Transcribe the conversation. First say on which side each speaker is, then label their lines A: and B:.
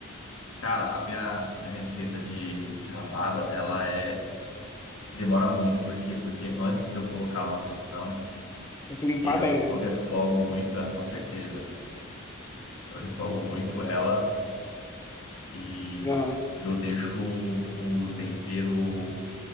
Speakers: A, on the left; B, on the left.
A: cara, a minha, a minha receita de, de rabada, ela é demora muito. Por quê? Porque antes de eu colocar ela na pressão,
B: Tem que limpar
A: eu,
B: bem, né?
A: eu refogo muito ela, com certeza. Eu refogo muito ela e
B: Aham.
A: eu deixo o tempero